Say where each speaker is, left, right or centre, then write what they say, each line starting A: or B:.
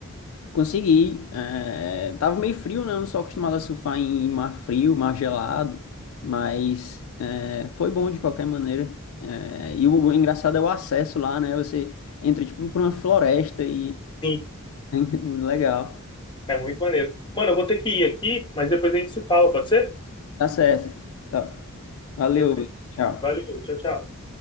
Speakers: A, on the left; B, on the left.
A: Consegui. eh, tava meio frio, né? Eu não sou acostumado a surfar em mar frio, mar gelado, mas eh, foi bom de qualquer maneira. Eh, e o engraçado é o acesso lá, né? Você entra tipo por uma floresta e
B: Sim.
A: <laughs> legal.
B: É muito maneiro. Mano, eu vou ter que ir aqui, mas depois a gente se fala, pode ser?
A: Tá certo. Tá. Valeu,
B: Perfeito.
A: tchau.
B: Valeu, tchau, tchau.